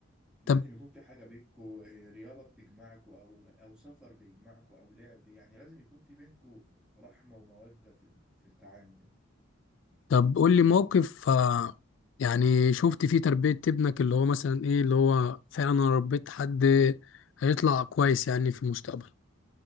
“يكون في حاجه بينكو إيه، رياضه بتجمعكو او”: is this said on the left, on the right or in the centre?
Centre